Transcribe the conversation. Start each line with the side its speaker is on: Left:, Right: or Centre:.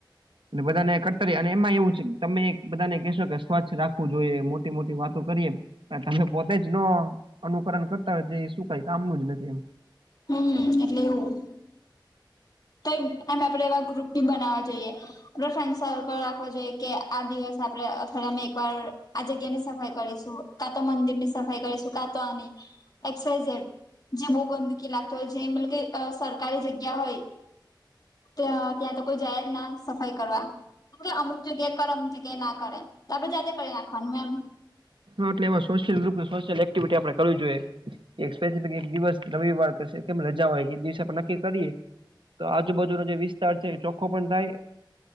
Right: અને બધાને કટ્ટરી અને એમાં એવું છે તમે બધાને કેહેશો કે સ્વચ્છ રાખવું જોઈએ મોટી મોટી વાતો કરીએ. તમે પોતે જ ન અનુકરણ કરતા હોય એ શું કઈ કામનું જ નથી એમ.
Left: હમ એટલે એવું તો એમ આપડે એવા રૂપટી બનાવવા જઈએ. આપરો ફ્રેન્ડ સર્કલ રાખવો જોઈએ કે આ દિવસે આપણે અઠવાડિયામાં એકવાર આ જગ્યાની સફાઈ કરીશું. કાતો મંદિરની સફાઈ કરીશું કાતો આની એક્સ વાય ઝેડ જે બો ગંદકી લાગતો હોય. જે મિલકી અ સરકારી જગ્યા હોય. ત્યાં ત્યાં તો કોઈ જાય જ ના સફાઈ કરવા. અમુક જગ્યાએ કરમ છેકે ના કરે આપણે જાતે કરી નાખવાનું એમ.
Right: એટલે એમાં સોશિયલ લુક ને સોશિયલ એક્ટિવિટી આપડે કરવી જોઈએ. સ્પેસિફિક એક દિવસ રવિવાર કેમ રજા હોય કે એ દિવસે આપડે નક્કી કરીએ. તો આજુબાજુનો જે વિસ્તાર છે ચોખ્ખો પણ થાય.